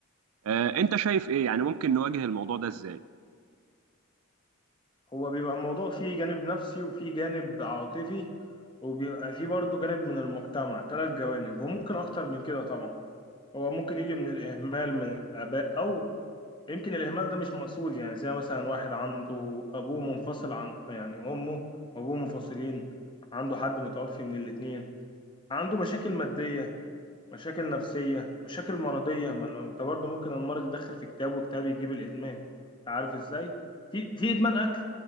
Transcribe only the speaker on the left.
هو بيبقى الموضوع فيه جانب نفسي وفيه جانب عاطفي وبيبقى فيه برضه جانب من المجتمع ثلاث جوانب وممكن أكتر من كده طبعا هو ممكن يجي من الإهمال من الآباء أو يمكن الإهمال ده مش مقصود يعني زي مثلا واحد عنده أبوه منفصل عن يعني أمه وأبوه منفصلين عنده حد متوفي من الاتنين عنده مشاكل مادية مشاكل نفسية مشاكل مرضية ما ما أنت برضه ممكن المرض يدخل في كتاب وكتاب يجيب الإدمان أنت عارف إزاي؟ في في إدمان أكل